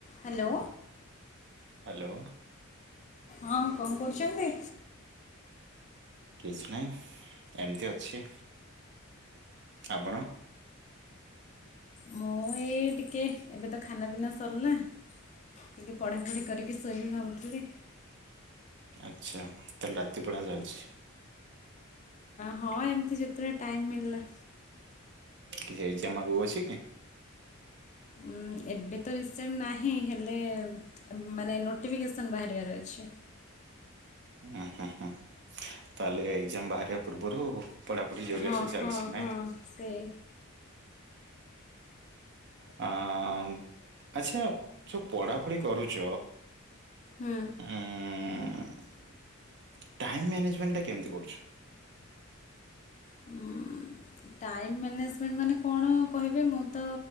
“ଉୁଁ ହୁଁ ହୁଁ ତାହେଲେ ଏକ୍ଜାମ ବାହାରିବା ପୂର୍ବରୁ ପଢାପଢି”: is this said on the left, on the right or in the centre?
Right